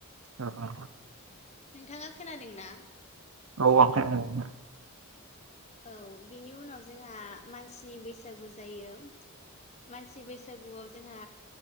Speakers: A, on the right; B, on the left.
A: अ अ
B: नोंथाङा खोनादोंना
A: औ आं खोनादों
B: औ बेनि उनाव जोंहा मानसिनि बैसागु जायो मानसि बैसागुआव जोंहा